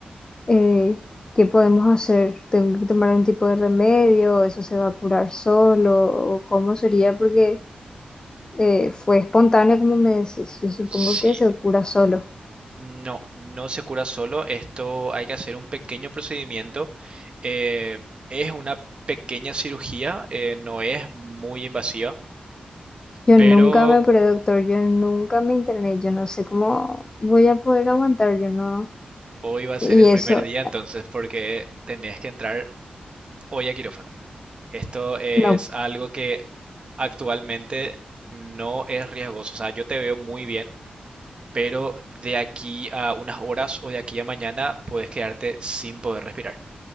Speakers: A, on the left (about 25°); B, on the right (about 35°).
A: eh, qué podemos hacer. ¿Tengo que tomar un tipo de remedio? ¿Eso se va a curar solo? ¿O cómo sería? Porque... eh, fue espontáneo, como me decís. Yo supongo
B: Sí,
A: que se cura solo.
B: no, no se cura solo. Esto hay que hacer un pequeño procedimiento. eh, es una pequeña cirugía, eh, no es muy invasiva,
A: Yo
B: pero
A: nunca me operé, doctor, yo nunca me interné, yo no sé cómo voy a poder aguantar, yo no.
B: hoy va a
A: Y
B: ser el
A: eso,
B: primer día entonces porque tenés que entrar hoy a quirófano. Esto es
A: no,
B: algo que actualmente no es riesgoso. O sea, yo te veo muy bien, pero de aquí a unas horas o de aquí a mañana puedes quedarte sin poder respirar.